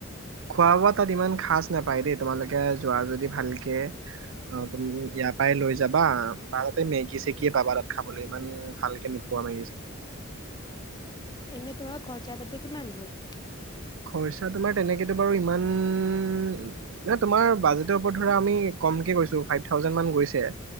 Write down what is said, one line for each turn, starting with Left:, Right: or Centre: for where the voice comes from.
Right: খোৱা বোৱা তাত ইমান খাচ নাপায় দেই তোমালোকে যোৱা যদি ভালকে অ তুমি ইয়াৰ পৰাই লৈ যাবা বা তাতে মেগি চেগি পাবা তাত খাবলৈ ইমান ভালকে নোপোৱা মেগি
Left: এনে তোমাৰ খৰচা পাতি কিমান হ'ল
Right: খৰচা তোমাৰ তেনেকেতো বাৰু ইমান এ তোমাৰ বাজেটৰ ওপৰত ধৰা আমি কমকে কৈছো ফাইভ থাউজেণ্ড মান গৈছে